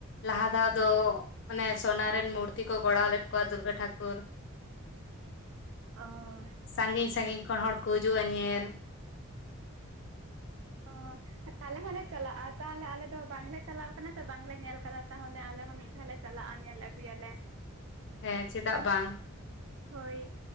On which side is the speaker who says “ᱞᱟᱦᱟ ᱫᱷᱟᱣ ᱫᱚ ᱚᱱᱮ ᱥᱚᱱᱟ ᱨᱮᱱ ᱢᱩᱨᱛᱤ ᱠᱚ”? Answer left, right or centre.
Left